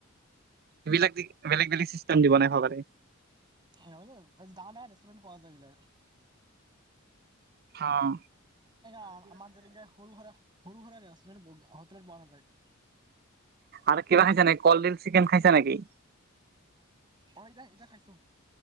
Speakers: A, on the right; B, on the right.
A: এইবিলাক দি বেলেগ বেলেগ চিষ্টেম দি বনাই খাব পাৰে।
B: ডাঙৰ ডাঙৰ ৰেষ্টৰেণ্ট পোৱা যায় এইবিলাক।
A: অহ
B: আমাৰ যেনেকে সৰু হুৰা ৰেষ্টুৰেন্ট হোটেলত পোৱা নাযায়
A: আৰু কিবা খাইছা নি, কলডিল চিকেন খাইছা নেকি?
B: অ ইটা ইটা খাইছোঁ।